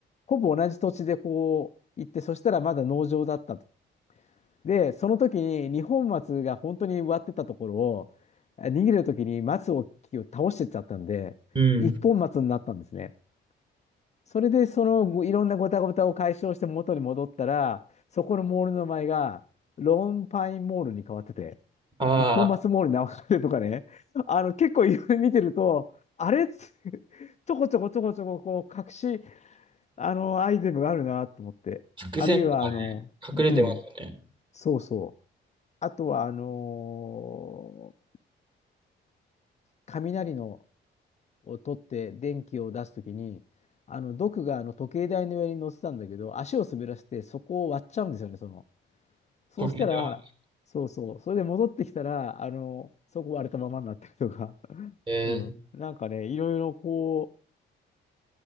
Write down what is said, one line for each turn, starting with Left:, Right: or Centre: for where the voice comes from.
Left: ほぼ同じ土地でこう行って、そしたらまだ農場だったと。で、その時に二本松が本当に植わってたところを、あ逃げる時に松を木を倒してっちゃったんで、
Right: うん。
Left: 一本松になったんですね。それで、そのごいろんなごたごたを解消して元に戻ったら、そこのモールの名前が、ローンパインモールに変わってて、
Right: ああ、
Left: 一本松モールに流れるとかね、あの、結構いろいろ見てると、あれっつ <laughs> ちょこちょこちょこちょこ、こう、隠し、あの、アイテムがあるなと思って。
Right: 直線とかね、
Left: あるいは、あの、
Right: 隠れてますよね。
Left: うん、そうそう。あとは、あのー雷のを取って電気を出すときに、あの、毒があの時計台の上に乗ってたんだけど、足を滑らせてそこを割っちゃうんですよね、その。そうしたら、
Right: 時計台は。
Left: そうそう、それで戻ってきたら、あの、そこ割れたままになってるとか、<laughs>
Right: えー、
Left: うん、なんかね、いろいろこ